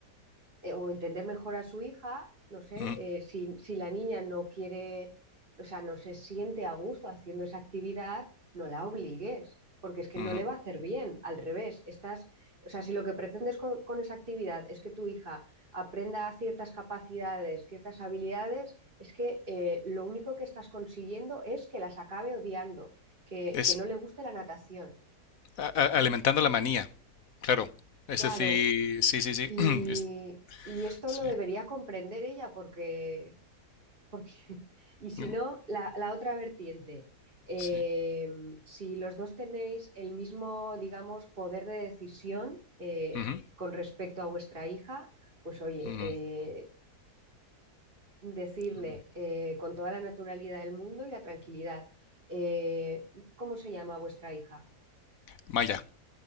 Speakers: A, on the right; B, on the left.
A: eh, o entender mejor a su hija, no sé,
B: ujú,
A: eh, si, si la niña no quiere, o sea, no se siente a gusto haciendo esa actividad, no la obligues, porque es que
B: ujú.
A: no le va a hacer bien, al revés, estás, o sea, si lo que pretendes con, con esa actividad es que tu hija aprenda ciertas capacidades, ciertas habilidades, es que eh, lo único que estás consiguiendo es que las acabe odiando, que,
B: Es,
A: que no le guste la natación,
B: A- a- alimentando la manía, claro. Es
A: claro,
B: decir, sí, sí, sí.
A: y...
B: <clears throat> es-
A: Y esto
B: sí.
A: lo debería comprender ella porque, porque, <laughs> y si
B: mm,
A: no, la, la otra vertiente, eh,
B: sí,
A: si los dos tenéis el mismo, digamos, poder de decisión eh,
B: ujú,
A: con respecto a vuestra hija, pues oye,
B: ujú,
A: eh, decirle
B: ujú.
A: eh, con toda la naturalidad del mundo y la tranquilidad, eh, ¿cómo se llama vuestra hija?
B: Maya.